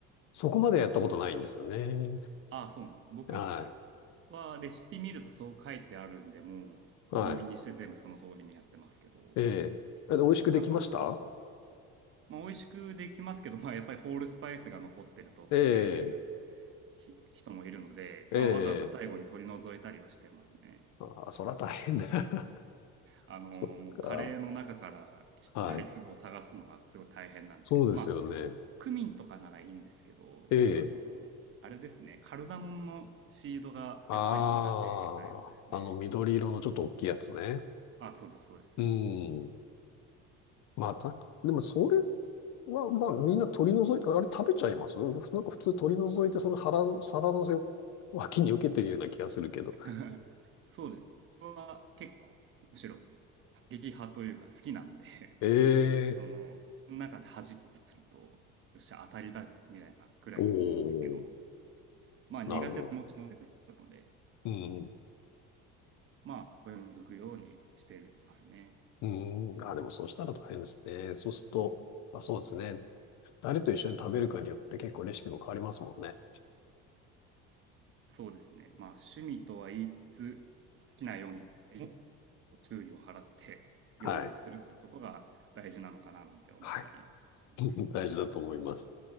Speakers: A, on the left (about 55°); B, on the right (about 40°).
A: そこまでやったことないんですよね。
B: ああ、そうなんです。僕
A: はい。
B: はレシピ見るとそう書いてあるんで、もう鵜呑みにして全部その通りにやってますけど、
A: はい。ええ。え美味しくできました
B: なんかまあ、美味しくできますけど、まあ、やっぱりホールスパイスが残ってるとっていう
A: ええ。
B: ひ人もいるので、
A: え
B: まあ、わざわざ最後に取り除いたりはしてますね。
A: え。ああ、そら大変だ。<laughs>
B: あの、
A: そっか。
B: もうカレーの中からちっちゃい粒を探すのがすごい大変なんで、
A: はい。そうですよね。
B: まあ、クミンとかならいいんですけど、
A: ええ。
B: あの、あれですね、カルダモンのシードがやっぱり苦手なようですね。
A: ああ、あの緑色のちょっと大きいやつね。
B: あ、そうです、そうです。
A: うん。まあ、た、でもそれは、まあみんな取り除い、あれ食べちゃいますなんか普通取り除いてその腹、皿のせ脇に受けてるような気がするけど。
B: <laughs> そうです。僕は結構、むしろ過激派というか好きなんで
A: ええ
B: その、の中で弾きすると、よっしゃ、当たりだ、みたいなくらいに思うんですけど、
A: おお、
B: まあ苦手な持ちも出てくるので、
A: なるほど。うん。
B: まあ、これを続くようにしてますね。
A: うん。あ、でもそうしたら大変ですね。そうすると、まあ、そうですね。誰と一緒に食べるかによって結構レシピも変わりますもんね。
B: そうですね。まあ、趣味とは言いつつ、好きなようにも注意を払って料理をするってことが大事なのかななんて思ったりしています。
A: はい。はい。<laughs> 大事だと思います。